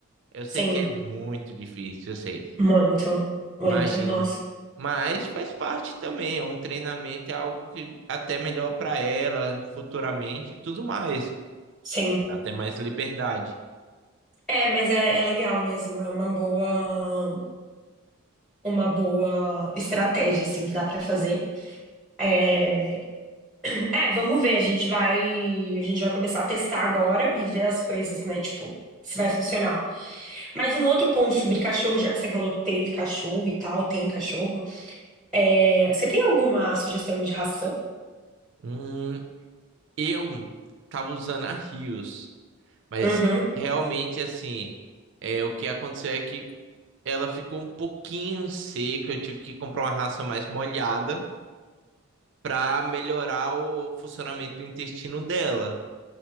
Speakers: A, on the right; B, in the centre.
A: Eu
B: sim.
A: sei que é muito difícil, eu sei.
B: Muito, muito,
A: Imagina.
B: nossa.
A: Mas faz parte também, é um treinamento, é algo que até melhor para ela futuramente e tudo mais.
B: Sim.
A: Dá até mais liberdade.
B: É, mas é, é legal mesmo. É uma boa, uma boa estratégia, assim, que dá pra fazer. É, <clears throat> é, vamos ver. A gente vai, a gente vai começar a testar agora e ver as coisas, né? Tipo, se vai funcionar. Mas um outro ponto sobre cachorro, já que você falou que teve cachorro e tal, tem cachorro. É, você tem alguma sugestão de ração?
A: Hum, eu tava usando a Rios, mas
B: Uhum,
A: realmente assim, é, o que aconteceu é que ela ficou um pouquinho seca, eu tive que comprar uma ração mais molhada para melhorar o funcionamento do intestino dela.